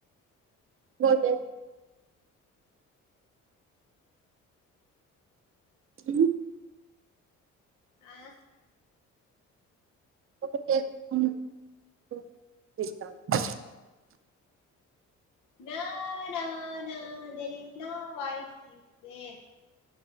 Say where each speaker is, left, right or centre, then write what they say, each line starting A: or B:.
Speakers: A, on the right; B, on the left.
A: బొద్దె క
B: అ
A: ఒక <unintelligible>
B: నా నానా there is no voice is there